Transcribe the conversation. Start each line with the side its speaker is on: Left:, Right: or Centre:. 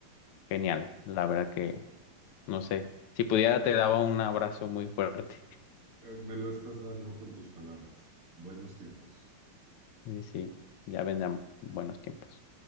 Left: genial, la verdad que... No sé, si pudiera te daba un abrazo muy fuerte.
Right: Eh, me lo estás dando con tus palabras. Buenos tiempos.
Left: <laughs> Sí, sí, ya vendrán buenos tiempos.